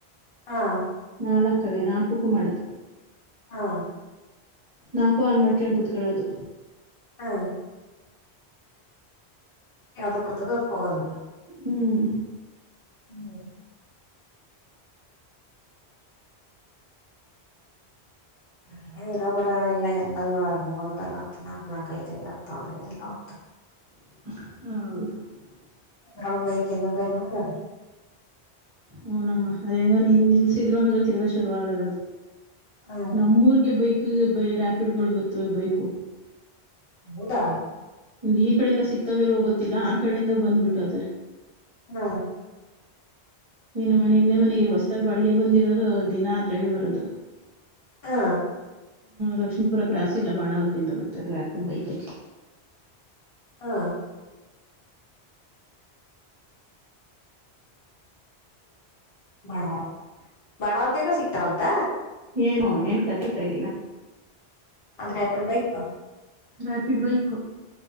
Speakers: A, on the left (about 65°); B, on the right (about 35°).
A: ಹಾ
B: ನಾಲ್ಕವೇ ನಾಲ್ಕಕ್ಕೂ ಮಾಡದು
A: ಹಾ
B: ನಾಕು ಆನ್ ಮಾಡ್ಕೊಂಡು ಕುೂತ್ಕಳೋದು
A: ಹಾ ಯಾವ್ದಪ್ಪತದ ಅದ್ಕ ಹೋಗಲ್ಲಿಲ್ಲ
B: ಹ್ಮ್
A: ಹ್ಮ್ <inaudible> ಹ್ಮ <inaudible> ಹ ಇರಬರ ಎಲ್ಲ ಎಲ್ಲ ಒಂದಲ್ಲ ಅಂತ ನಾಕ್ ನಾಕ ಐದ ಐದತ್ತು ಅಂದ್ರೆ ಎಲ್ಲ ಹೋಗ್ತ
B: ಹ
A: ಹ್ರ ಬೈಕಂದು ಬೇರೆ ಮಾಡವ್ರಿ
B: ಹನಮ್ಮ ಅದ ಹೆಂಗ ನಿನ್ ನಿಲ್ಸಿದ್ರು ಅಂದ್ರು ತಿರ್ಗಾ ಶುರು ಆಗದ ಅದು
A: ಹಾ
B: ನಮ್ಮೂರ್ಗೆ ಬೈಕ್ ರ್ಯಾಪಿಡ್ಗಳು ಬತ್ತವೆ ಬೈಕು
A: ಹೌದಾ
B: ಈ ಕಡೆಯಿಂದ ಸಿಕ್ತಾವೇಲ್ ಹೋಗೊತ್ತಿಲ್ಲ ಆ ಕಡೆಯಿಂದ ಬಂದ್ಬಿಟ್ಟತಾರೆ
A: ಹ್ಮ
B: ಇನ್ನು ಮನೆ ಹಿಂದೆ ಮನೆಗೆ ಹೊಸ್ತಾಗ ಬಾಿಗೆ ಬಂದಿರೋರು ದಿನ ಆದ್ರಾಗೆ ಬರೋದು
A: ಹಾ
B: ಲಕ್ಷ್ಮೀಪುರ ಕ್ರಾಸ್ ಇಲ್ಲ ಬಾಣಾವರದಿಂದ ಬರ್ತಾರೆ ರಾಪಿಡ್ ಬೈಕ್ಿ
A: ಹಾ ಬಾಣಾರ ಬಾಣವಾರದಿಂದ ಸಿಕ್ತಾವಂತ
B: ಏನು ಏನ್ ಕತಿಳ್ತಾ ಇದ್ದೀನ
A: ಆದದ್ರ ಎಪಡ್ ಬೈಕ
B: ರ್ಯಾಪಿಡ್ ಬೈಕು